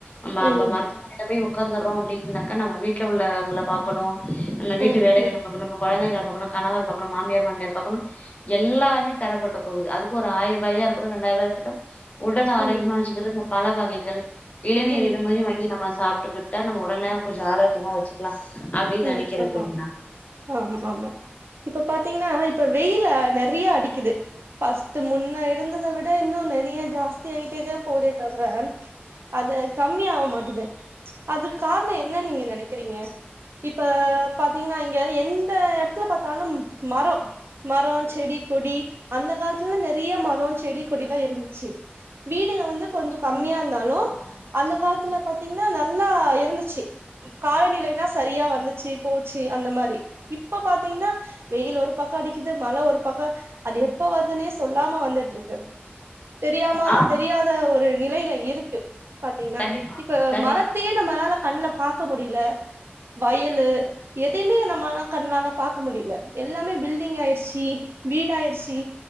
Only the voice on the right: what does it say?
ம்
ம்
ம்
ம்
ம்
ம்
ஆமா
ஆமா ஆமா இப்ப பாத்தீங்னா இப்ப வெயில நெறைய அடிக்கிது ஃபஸ்ட்டு முன்ன இருந்த த் விட இன்னு நெறிய ஜாஸ்தி ஆய்ட்டேதா போதே தவுர அது கம்மி ஆவ் மாட்டிது அதுக் கார்ணோ என்னனு நீங்க நெனைக்கறீங்க இப்ப பாத்தீங்னா இங்க எந்த எடத்துல பாத்தாலும் மரோ மரோ, செடி, கொடி அந்த காலத்துலல்லா நெறிய மரோ, செடி, கொடி எல்லா இருந்ச்சி வீடுக வந்து கொஞ்சோ கம்மியா இர்ந்தாலு அந்த காலத்துல பாத்தீங்னா நல்லா இருந்துச்சி ம் காலநிலைனா சரியா வந்துச்சி போச்சி அந்த மாரி இப்ப பாத்தீங்னா வெயில் ஒரு பக்கோ அடிக்கிது மழ ஒரு பக்கோ அது எப்ப வர்துன்னே சொல்லாம வந்துட்ருக்கு தெரியாம
தெரியாத ஒரு நிலைல இருக்கு பாத்தீங்கன்னா
இப்ப
மரத் தையே நம்மளால கண்ல பாக்க முடில வயலு எதையுமே நம்மால கண்ணால பாக்க முடியில எல்லாமே பில்டிங் ஆய்ர்ச்சி வீடாய்ர்ச்சி